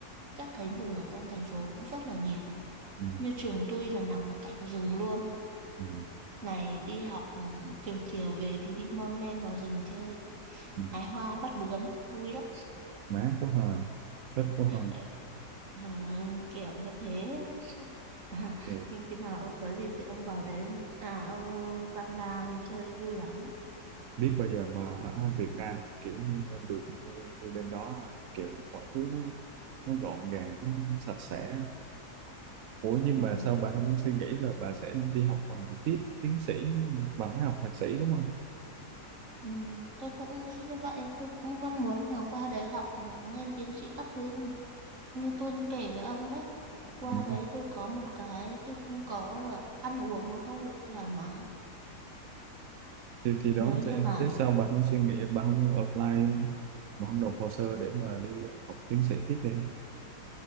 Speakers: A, on the right; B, on the right.
A: các cánh rừng ở trong thành phố cũng rất là nhiều
B: Ừ.
A: như trường tôi là nằm ở cạnh rừng luôn
B: Ừ.
A: ngày đi học ừ, chiều chiều về thì đi mon men vào rừng chơi
B: Ừ.
A: hái hoa bắt bướm vui lắm
B: má của Hà thích của Hồng
A: Ờ, ờ, kiểu như thế <laughs> À,
B: thì
A: nhưng khi nào ông có dịp thì ông vào đấy ông à ông, ông Quang Nga ông chơi vui lắm.
B: biết bây giờ mà ở Việt Nam kiểu như được như, như bên đó ha, kiểu mọi thứ nó nó gọn gàng nó sạch sẽ ủa nhưng
A: Ừ,
B: mà sao bà không suy nghĩ là bà sẽ đi học à, tiếp tiến sĩ bà mới học thạc sĩ đúng không
A: ừ, tôi cũng nghĩ như vậy, tôi cũng mong muốn là qua đấy học ừ, lên tiến sĩ các thứ như tôi kể với ông đấy. Qua
B: Ừ.
A: đấy tôi có một cái tôi không có là ăn uống nó không được thoải mái.
B: thì thì đó
A: Nếu như
B: thế,
A: mà
B: thế sao bạn không suy nghĩ bạn không apply ờ, bạn không nộp hồ sơ để mà đi ờ, học tiến sĩ tiếp đi